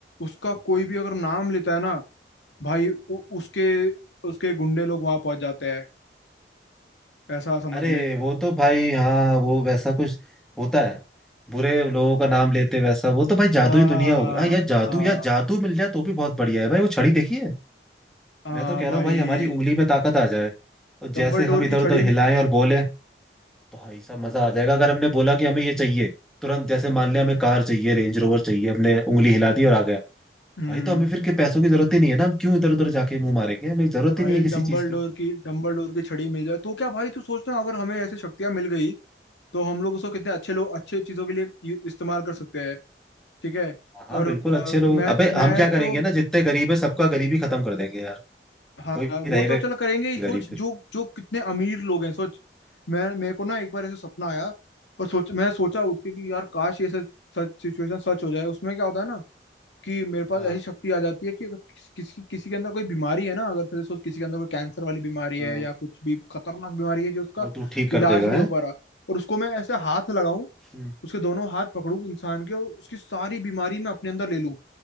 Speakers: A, on the left (about 85°); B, in the centre.
A: उसका कोई भी अगर नाम लेता है ना भाई उ, उसके उसके गुंडे लोग वहां पहुंच जाते हैं ऐसा समझ
B: अरे
A: ले
B: वो तो भाई हाँ वो वैसा कुछ होता है बुरे लोगों का नाम लेते वैसा वो तो भाई जादू
A: हाँ
B: ही दुनिया
A: हाँ हाँ
B: होगी हाँ यार जादू
A: हाँ
B: यार जादू मिल जाए तो भी बहुत बढ़िया है भाई वो छड़ी देखिए
A: हाँ
B: मैं तो कह
A: भाई
B: रहा हूँ भाई हमारी उंगली में ताकत आ जाए और जैसे
A: डम्बल
B: हम
A: डोर
B: इधर
A: की छड़ी
B: उधर
A: में
B: हिलाएं और बोले भाई साहब मजा आ जाएगा अगर हमने बोला कि हमें ये चाहिए तुरंत जैसे मान लिया हमें कार चाहिए रेंज रोवर चाहिए हमने उंगली हिला दी और आ गया
A: हम्म
B: भाई तो हमें फिर के पैसों की जरूरत ही नहीं है ना हम क्यों इधर उधर जाके मुंह मारेंगे हमें जरूरत
A: भाई
B: ही नहीं है किसी
A: डम्बल
B: चीज की
A: डोर की डम्बल डोर की छड़ी मिल जाए तो क्या भाई तू सोचना अगर हमें ऐसी शक्तियां मिल गई तो हम लोग उसको कितने अच्छे लोग अच्छे चीज़ों के लिए यू- इस्तेमाल कर सकते हैं ठीक है
B: हाँ
A: और
B: बिल्कुल
A: अ,
B: अच्छे लोग
A: मैं
B: अबे
A: मैं
B: हम क्या
A: तो
B: करेंगे ना जितने गरीब है सबका गरीबी खत्म कर देंगे यार
A: हाँ
B: कोई
A: वो
B: रहेगा
A: तो
B: ही
A: चल करेंगे ही सोच
B: गरीब फिर
A: जो जो कितने अमीर लोग हैं सोच मैं मेरे को ना एक बार ऐसे सपना आया और सोच मैं सोचा उठ के कि यार काश ये सच सच सिचुएशन सच हो जाए उसमें क्या होता है ना कि मेरे पास
B: हाँ
A: ऐसी शक्ति आ जाती है कि अगर किस, किसी किसी के अंदर कोई बीमारी है ना अगर फिर सोच किसी के अंदर कोई कैंसर वाली बीमारी
B: हाँ
A: है या कुछ भी खतरनाक बीमारी है जो उसका
B: वो तू ठीक कर
A: इलाज
B: देगा
A: नहीं
B: है
A: हो पा रहा और उसको मैं ऐसे हाथ लगाऊं
B: हम्म।
A: उसके दोनों हाथ पकड़ूं इंसान के और उसकी सारी बीमारी मैं अपने अंदर ले लूं